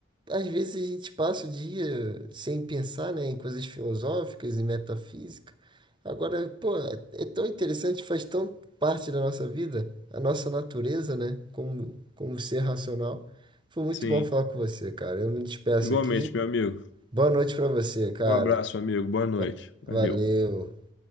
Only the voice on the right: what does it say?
Às vezes a gente passa o dia sem pensar, né, em coisas filosóficas e metafísica. Agora, pô, é tão interessante, faz tão parte da nossa vida, a nossa natureza, né, como, como ser racional. Foi muito
bom falar com você, cara. Eu me despeço
aqui.
Boa noite pra você, cara.
Va-
Valeu.